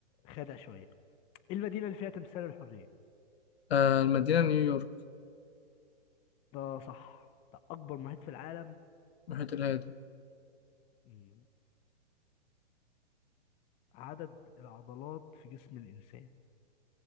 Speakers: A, on the left; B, on the left.
A: خادع شوية إيه المدينة اللي فيها تمثال الحرية
B: آه المدينة نيويورك
A: ده صح ده أكبر محيط في العالم
B: محيط الهادي
A: مم. عدد العضلات في جسم الإنسان